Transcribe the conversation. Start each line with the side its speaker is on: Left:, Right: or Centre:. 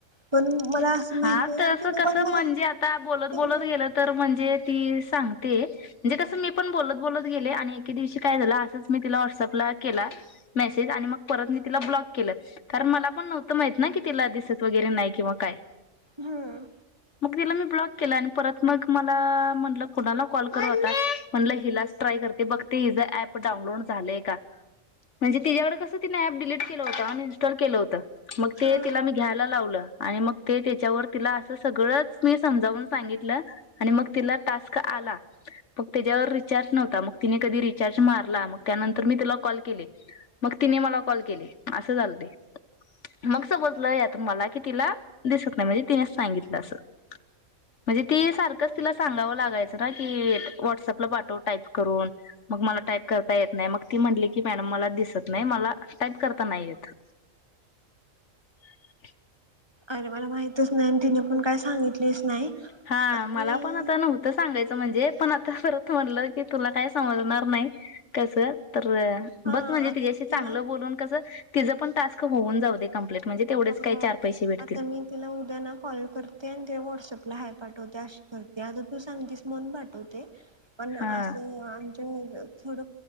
Right: पण मला असं माहिती
Left: हा तर
Right: आणि तिने
Left: कस
Right: पण मला
Left: म्हणजे आता बोलत
Right: तिने
Left: बोलत गेलं तर म्हणजे ती सांगते म्हणजे कसं मी पण बोलत बोलत गेले आणि एके दिवशी काय झाला असं मी तिला व्हॉट्सअपला व्हाट्सअप ला केला मेसेज आणि परत तिला ब्लॉक केलं कारण मला हे पण नव्हता माहिती कितीला दिसत नाही. दिसत वगैरे नाही किंवा काय
Right: हम्म
Left: मग तिला ब्लॉक केला. परत मग मला म्हणाल कुणाला कॉलता म्हणल हिलाच ट्राय करते बघते प डाउनलोड झालेय का? म्हणजे तिच्याकडे कसं तिने ऍप डिलीट केलं होत अनइन्स्टॉल केलं होतं. मग ते
Right: हा
Left: तिला मी घ्यायला लावलं आणि मग ते त्याच्यावर तिला असं सगळंच मी समजावून सांगितलं आणि मग तिला टास्क आला. मग त्याच्यावर रिचार्ज नव्ह मग ति कधी रिच् मारला मग त्यानंतर मी तला कॉल के मग तिने मला कॉल केली असं झालं ते मग समजलं यातून मला की तिला दिसत नाही म्हणजे तिने सांगितलं असं. म्हणजे ती सारखंच तिला सांगाव लागायचं ना की वॉटसअपला पाठव टाईप करून. मग मला टाईप करता येत नाही मग ती म्हटली की मॅडम मला दिसत नाही मला टाईप करता नाही येत. <inaudible>
Right: अरे मला माहितच नाही आणि तिने पण काय सांगितलीच नाही.
Left: हा
Right: आणि
Left: मला पण आता नव्हतं सांगायचं म्हणजे पण आता परत म्हटलं की तुला काय समजणार नाही कसं तर
Right: हा
Left: बघ म्हणजे
Right: आता
Left: तिच्याशी
Right: मी तिला
Left: चांगलं बोलून कसं तिचं पण टास्क होऊन जाऊ दे. कंप्लीट म्हणजे तेवढेच
Right: अ
Left: काही चार पैसे भेटतील
Right: आता मी तिला उद्या ना कॉल करते आणि ते व्हॉट्सअपला हाय पाठवते. करते आता तू सांगतेस मन पाठवते पण असं
Left: हा
Right: आमच्या थोड